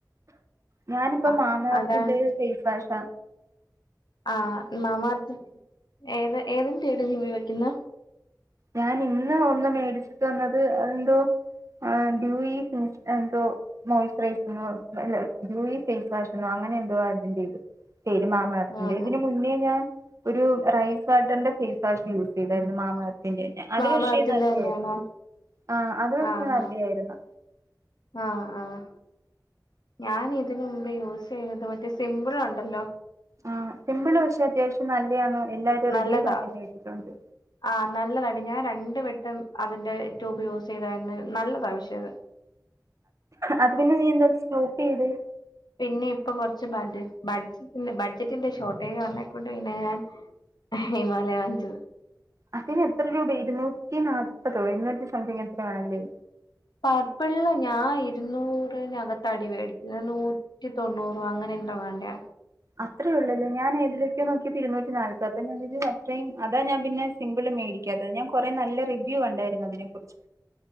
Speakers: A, on the right; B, on the left.
A: ഞാനിപ്പോ
B: ആ
A: മാമഎർത്തിന്റെയും
B: അതാണ്
A: ഫെയ്സ് വാഷ
B: ആഹ് മാമ എർത്ത് ഏത് ഏത് ന്റെടി നീ ഉപയോഗിക്കുന്ന
A: ഞാൻ ഇന്ന് ഒന്ന് മേടിച്ചിട്ട് വന്നത് എന്തോ ആഹ് ഡ്യൂ യിഫും എന്തോ മോയ്സ്ചറൈസർ ന്നൊ അല്ല ജൂയി ഫേസ് വാഷ്ന്നോ അങ്ങനെഎന്തോ ഇതിന്റെ ഇത് പേര് മാമഎർത്തിന്റെ
B: ആഹ്
A: ഇതിന്
B: ആഹ്
A: മുന്നേ ഞാൻ ഒരു റൈസ് ഫാർഡന്റെ ഫേസ് വാഷ് യൂസ് ഇതായിരുന്നു മാമഎർത്തിന്റെ അത്
B: മാമഅർത്തിന്റെ
A: പക്ഷേ നല്ല
B: തന്നെയാണോ
A: ആര് ആഹ് അത് പക്ഷേ
B: ആഹ്
A: നല്ലയാരുന്ന്
B: ആഹ് ആഹ് ആഹ് ഞാൻ ഇതിന് മുമ്പേ യൂസ് ചെയ്തത് മറ്റേ സിമ്പിൾ ഒണ്ടല്ലോ
A: ആ സിമ്പിള് പക്ഷെ അത്യാവശ്യം നല്ലയാന്ന് എല്ലാവരും
B: നല്ലതാ
A: റിവ്യൂ പറയുന്നെ കേട്ടിട്ടുണ്ട്
B: ആഹ് നല്ലതാണ് ഞാൻ രണ്ട് വെട്ടം അതിന്റെ ട്യൂബ് യൂസ് ചെയ്തായിരുന്നു നല്ലതാണ് പക്ഷേത്
A: അത് പിന്നെ നീ എന്ത സ്റ്റോപ്പ് ചെയ്തെ
B: പിന്നെ ഇപ്പൊ കൊറച്ച് ബഡ് ബഡ്ജറ്റിന്റെ ബഡ്ജറ്റിന്റെ ഷോട്ടേജ് വന്നേ കൊണ്ടേ പിന്നെ ഞാൻ ഹിമാലയ വാങ്ചത്
A: അതിന് എത്ര രൂപ ഇരുന്നൂറ്റി നാല്പതോ ഇരുന്നൂറ്റി സംതിങ് എത്ര വേണങ്കി
B: പാർപ്പിള്ള്ല് ഞാൻ ഇരുന്നൂറിനകത്താടി വെടിക്കല് നൂ നൂറ്റി തൊണ്ണൂറോ അങ്ങനെയൊന്തോങ്ങാണ്ടെയ
A: അത്രേ ഉള്ളല്ലേ ഞാൻ ഏതിലൊക്കെയൊ നോക്കയപ്പോ ഇരുന്നൂറ്റി നാൽപ്പത് പിന്നെ ഞാൻ കരുതി ഫസ്ടൈം അതാ ഞാൻ പിന്നെ പിമ്പിള് മേടിക്കാത്തത് ഞാൻ കുറെ നല്ല റിവ്യൂ കണ്ടാരുന്നു അതിനെ കുറിച്